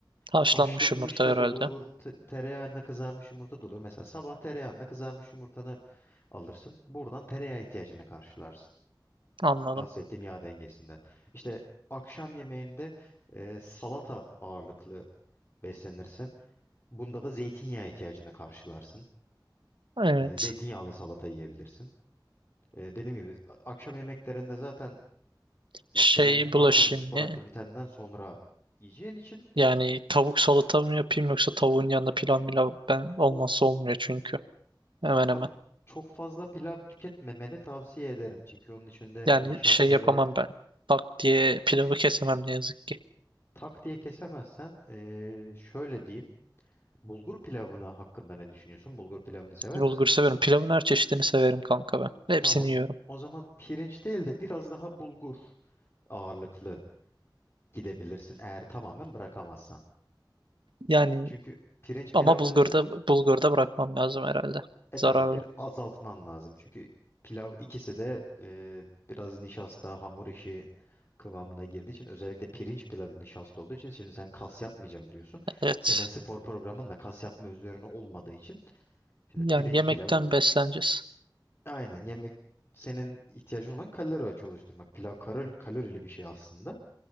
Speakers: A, on the right; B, on the left.
A: Haşlanmış
B: Haşlanmış
A: yumurta
B: da
A: herhalde.
B: olur, te- tereyağında kızarmış yumurta da olur. Mesela sabah tereyağında kızarmış yumurtanı alırsın. Buradan tereyağı ihtiyacını karşılarsın.
A: Anladım.
B: Bahsettiğim yağ dengesinden. İşte akşam yemeğinde e, salata ağırlıklı beslenirsin. Bunda da zeytinyağı ihtiyacını karşılarsın.
A: Evet.
B: E, zeytinyağlı salata yiyebilirsin. E, dediğim gibi a- akşam yemeklerinde zaten se-
A: Şey
B: senin
A: bulaşayım
B: aktivite, spor
A: mı?
B: aktivitenden sonra yiyeceğin için
A: Yani tavuk salata mı yapayım yoksa tavuğun yanında pilav milav ben olmazsa
B: o
A: olmuyor çünkü. Hemen
B: Tam
A: hemen.
B: çok fazla pilav tüketmemeni tavsiye ederim. Çünkü onun içinde
A: Yani
B: nişasta
A: şey yapamam
B: ve
A: ben. Tak diye pilavı kesemem ne yazık ki.
B: tak diye kesemezsen eee, şöyle diyeyim. Bulgur pilavına hakkında ne düşünüyorsun? Bulgur pilavını sever
A: Bulgur
B: misin?
A: severim. Pilavın her çeşidini severim kanka ben. Hepsini
B: Tamam.
A: yiyorum.
B: O zaman pirinç değil de biraz daha bulgur ağırlıklı gidebilirsin eğer tamamen bırakamazsan.
A: Yani
B: Çünkü pirinç pilavının
A: ama bulgurda
B: içinde
A: bulgurda bırakmam lazım herhalde.
B: E
A: Zararlı.
B: tabii bir azaltman lazım. Çünkü pilav ikisi de e, biraz nişasta, hamur işi kıvamına girdiği için özellikle pirinç pilavı nişasta olduğu için şimdi sen kas yapmayacağım diyorsun.
A: Evet.
B: Senin spor programın da kas yapma üzerine olmadığı için şimdi
A: Yani
B: pirinç
A: yemekten
B: pilavı
A: besleneceğiz.
B: aynen yemek senin ihtiyacın olan kalori açığı oluşturmak. Pilav kalor- kalorili bir şey aslında.